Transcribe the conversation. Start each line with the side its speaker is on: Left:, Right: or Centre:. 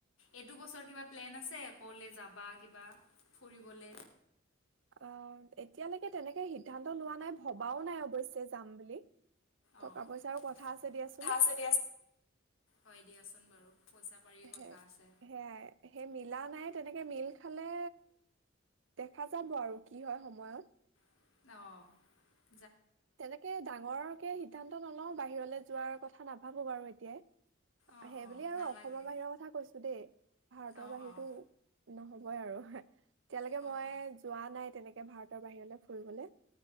Left: এইটো বছৰ কিবা প্লেন আছে ক'লৈ যাবা কিবা ফুৰিবল
Right: অ এতিয়ালৈকে তেনেকে সি সিদ্ধান্ত লোৱা নাই ভবাও নাই অৱশ্যে যাম বুলি
Left: অঁ
Right: টকা পইচাৰো কথা আছে দিয়াচোন
Left: কথা আছে দিয়া হয় দিয়াচোন বাৰু পইচা পাতিৰ
Right: সেই
Left: কথা আছে
Right: সেয়াই সেই মিলা নাই তেনেকে মিল খালে দেখা যাব আৰু কি হয় সময়ত
Left: অহ
Right: তেনেকে ডাঙৰকে সিদ্ধান্ত নলওঁ বাহিৰলৈ যোৱাৰ কথা নাভাবো বাৰু এতিয়াই
Left: অঁ
Right: সেইব
Left: অঁ
Right: আৰু
Left: নালাগে
Right: অসমৰ বাহিৰৰ কথা কৈছো দেই ভাৰতৰ
Left: অঁ
Right: বাহিৰতটো
Left: অঁ
Right: নহব কয় আৰু এতিয়ালৈকে মই
Left: অঁ
Right: যোৱা নাই তেনেকে ভাৰতৰ বাহিৰলৈ ফুৰিবলৈ